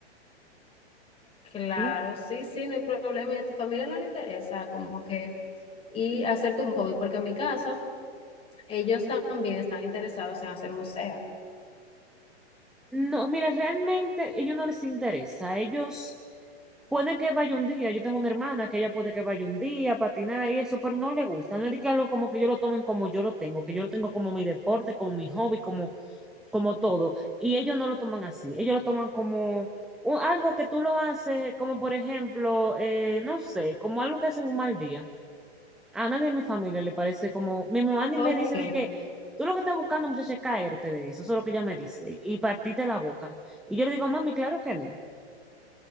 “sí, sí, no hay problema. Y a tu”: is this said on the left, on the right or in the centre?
Left